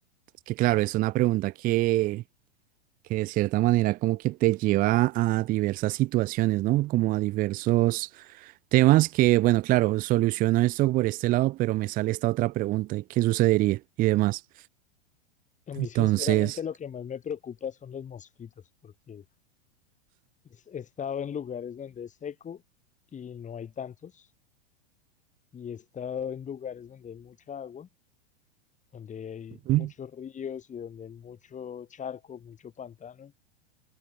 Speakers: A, on the right (about 25°); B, on the left (about 25°).
A: que claro, es una pregunta que, que de cierta manera como que te lleva a diversas situaciones, ¿no? Como a diversos temas que, bueno, claro, soluciono esto por este lado, pero me sale esta otra pregunta, ¿y qué sucedería? Y demás.
B: A mí,
A: Entonces,
B: sinceramente, lo que más me preocupa son los mosquitos, porque es- he estado en lugares donde es seco y no hay tantos, y he estado en lugares donde hay mucha agua, donde hay
A: Ujú.
B: muchos ríos y donde hay mucho charco, mucho pantano,